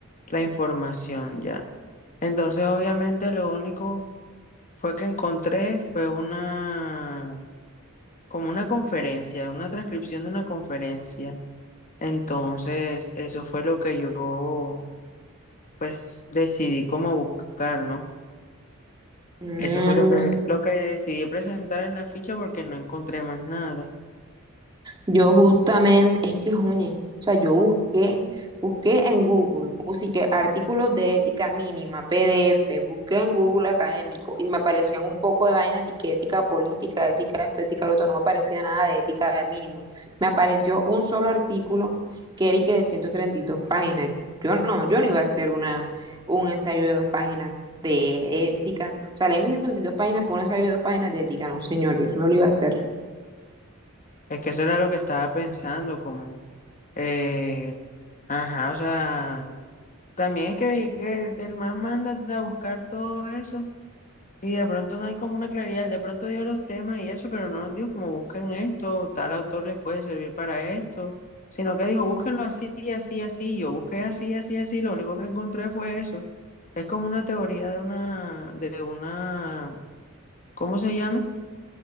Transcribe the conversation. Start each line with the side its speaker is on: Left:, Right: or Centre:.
Left: la información ya. Entonces, obviamente, lo único fue que encontré fue una, como una conferencia, una transcripción de una conferencia. Entonces, eso fue lo que yo, pues, decidí cómo buscar, ¿no?
Right: Mm.
Left: Eso fue lo que, lo que decidí presentar en la ficha porque no encontré más nada.
Right: Yo justamente, es que, oye, o sea, yo busqué, busqué en Google, puse que artículos de ética mínima, PDF, busqué en Google académico y me aparecían un poco de vainas de que ética política, ética esto, ética lo otro, no me aparecía nada de ética de mínimos. Me apareció un solo artículo que era y que de 132 páginas. Yo no, yo no iba a hacer una, un ensayo de dos páginas de ética. O sea, leerme 132 páginas por un ensayo de dos páginas de ética, no, señor, yo eso no lo iba a hacer.
Left: Es que eso era lo que estaba pensando, como, eh, ajá, o sea, también es que, que el man manda a buscar todo eso Sí, de pronto no hay como una claridad, de pronto dio los temas y eso, pero no nos dijo como busquen esto, tal autor les puede servir para esto, sino que dijo búsquenlo así, así, así, yo busqué así, así, así, lo único que encontré fue eso. Es como una teoría de una, de una, ¿cómo se llama?